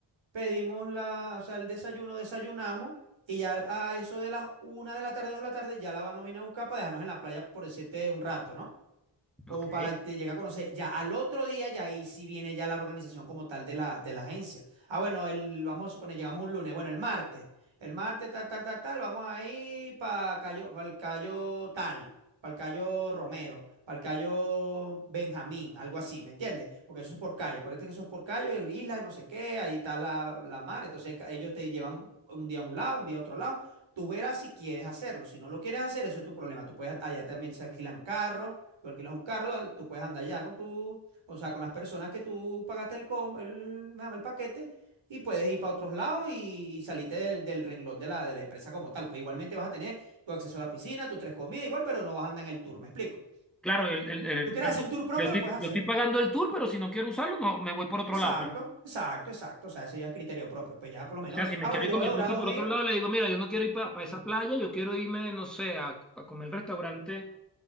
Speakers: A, on the right (about 80°); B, in the centre.
A: pedimos la, o sea, el desayuno, desayunamos. Y ya a eso de las una de la tarde, dos de la tarde, ya la van nos viene a buscar para dejarnos en la playa por decirte un rato, ¿no? como
B: Ok.
A: para te llegar a conocer. Ya al otro día, ya ahí sí viene ya la organización como tal de la, de la agencia. Ah, bueno, el, vamos a suponer, llegamos un lunes, bueno, el martes. El martes, tal, tal, tal, tal, vamos ahí para Cayo, para el Cayo tal, para el Cayo Romero, para el Cayo Benjamín, algo así, ¿me entiendes? Porque eso es por Cayo, acuérdate que eso es por Cayo, el isla, no sé qué, ahí está la, la mar. Entonces ca- ellos te llevan un día a un lado, un día a otro lado. Tú verás si quieres hacerlo. Si no lo quieres hacer, eso es tu problema. Tú puedes, allá también se alquilan carros Tú alquilas un carro, ah, tú puedes andar ya con tu, o sea, con las personas que tú pagaste el, com- el, me llama el paquete y puedes ir para otros lados y, y salirte del, del renglón de la, de la empresa como tal. Pues igualmente vas a tener tu acceso a la piscina, tus tres comidas, igual, pero no vas a andar en el tour. ¿Me explico?
B: Claro, el, el- el-
A: ¿Tú quieres
B: pero
A: hacer un tour propio?
B: yo estoy,
A: Lo puedes hacer.
B: yo estoy pagando el tour, pero si no quiero usarlo, no, me voy por otro
A: Exacto,
B: lado. pues.
A: exacto, exacto. O sea, ese ya es criterio propio. Pues ya por lo menos,
B: O sea, si me
A: ah,
B: quiero
A: bueno, yo
B: ir con
A: voy
B: mi
A: a
B: esposa
A: durar dos
B: por
A: días.
B: otro lado, le digo, mira, yo no quiero ir para
A: <clears throat>
B: esa playa, yo quiero irme, no sé, a, a comer el restaurante